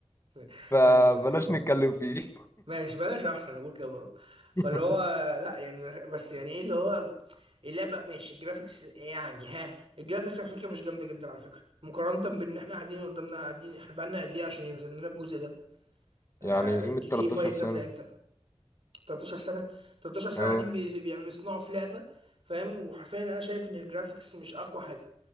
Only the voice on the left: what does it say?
فبلاش
نتكلم فيه
<laughs>
يعني قيمة
13
سنة
اه